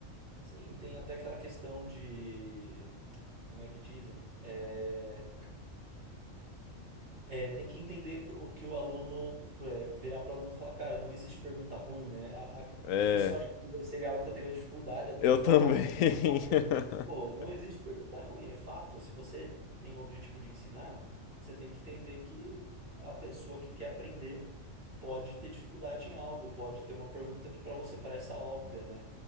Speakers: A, on the right; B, on the left.
A: Sim, tem até aquela questão de. Como é que dizem? É, É, tem que entender o que o aluno é, virar para o aluno e falar, cara, não existe pergunta ruim, né? A- a-
B: É,
A: isso eu acho que seria algo que eu teria dificuldade até
B: eu
A: de falar,
B: também.
A: mas
B: <laughs>
A: é um fato. Pô, não existe pergunta ruim, é fato. Se você tem o objetivo de ensinar, você tem que entender que a pessoa que quer aprender pode ter dificuldade em algo, pode ter uma pergunta que para você parece óbvia, né?